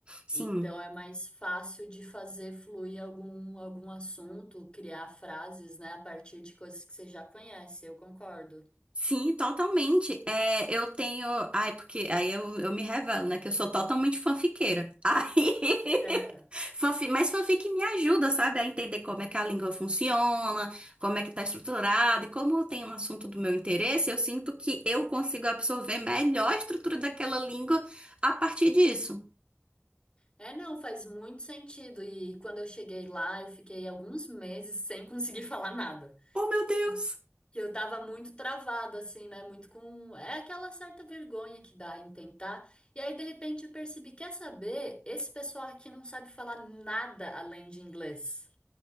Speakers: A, on the right; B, on the left.
A: Sim.
B: Então é mais fácil de fazer fluir algum, algum assunto, criar frases, né, a partir de coisas que você já conhece, eu concordo.
A: Sim, totalmente. É, eu tenho. Ai, porque aí eu, eu me revelo, né? Que eu sou totalmente fanfiqueira. Aí. <laughs>
B: <laughs>
A: Fanfic, mas fanfic me ajuda, sabe, a entender como é que a língua funciona, como é que tá estruturada, e como eu tenho um assunto do meu interesse, eu sinto que eu consigo absorver melhor a estrutura daquela língua a partir disso.
B: É, não, faz muito sentido. E quando eu cheguei lá, eu fiquei alguns meses sem conseguir <laughs> falar nada.
A: Oh, meu Deus!
B: Que eu, que eu tava muito travada, assim, né? Muito com. É aquela certa vergonha que dá em tentar. E aí, de repente, eu percebi: quer saber? Esse pessoal aqui não sabe falar nada além de inglês.